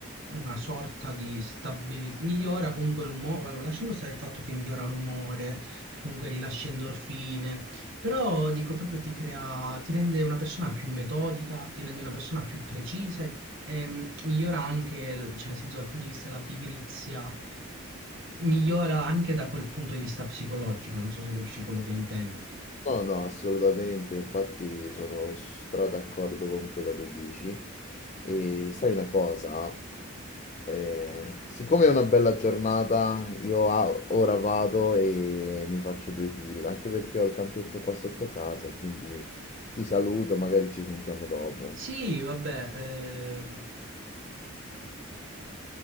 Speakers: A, on the right; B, on the left.
A: una sorta di stabilità, migliora comunque l'umore, vabbè, lasciando stare il fatto che migliora l'umore, comunque rilascia endorfine, però dico proprio ti crea, ti rende una persona più metodica, ti rende una persona più precisa e, e migliora anche, cioè nel senso dal punto di vista della pigrizia, migliora anche da quel punto di vista psicologico, non so se capisci quello che intendo.
B: No, no, assolutamente, infatti sono stra d'accordo con quello che dici. E sai una cosa? Eh, siccome è una bella giornata, io a- ora vado e mi faccio due tiri, ma anche perché ho il campetto qua sotto casa, quindi ti saluto, magari ci sentiamo dopo.
A: Sì, vabbè, ehm,